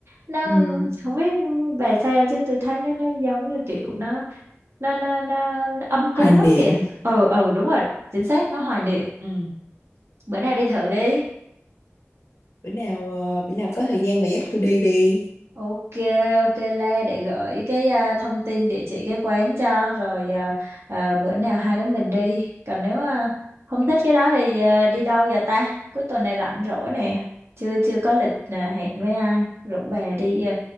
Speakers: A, on the right; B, on the left.
A: nó
B: Ừm.
A: không biết bà sao chứ tôi thấy nó nó giống như kiểu nó nó nó nó ấm cúng
B: Hoài niệm
A: lắm kìa ừ ừ đúng rồi chính xác nó hoài niệm ừ bữa nào đi thử đi
B: bữa nào ờ, bữa nào có thời gian bà dắt tôi đi đi
A: ok ok Le để gửi cái à, thông tin địa chỉ cái quán cho rồi à, à, bữa nào hai đứa mình đi còn nếu à, không thích cái đó thì à, đi đâu giờ ta cuối tuần này rảnh rỗi nè chưa chưa có lịch à, hẹn với ai rủ bà đi à,